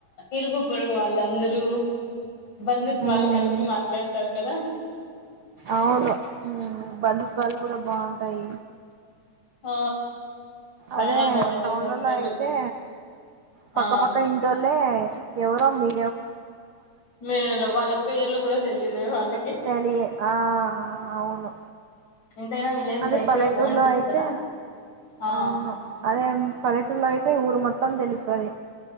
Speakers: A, on the left; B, on the right.
A: ఇరుగు పొరుగు వాళ్ళందరూ బంధుత్వాలు
B: ఉమ్
A: కలిపి మాట్లాడతారు కదా
B: అవును బంధుత్వాలు కూడా బాగుంటాయి
A: ఆ చానా
B: అదే
A: బాగుంటుంది
B: టౌన్లలో
A: అసలు
B: అయితే
A: ఆ
B: పక్కపక్క ఇట్ వాళ్ళ ఎవరో మీ
A: మీరు వాళ్ళ పేర్లు కూడా తెలియదు వాళ్ళ
B: తెలియే ఆ అవును
A: ఎంతైనా విలేజ్
B: అదే
A: లైఫే
B: పల్లెటూరులో
A: బాగుంటుంది
B: అయితే
A: కదా ఆ
B: అవును అదే పల్లెటలో అయితే ఊరు మొత్తం తెలిసాయి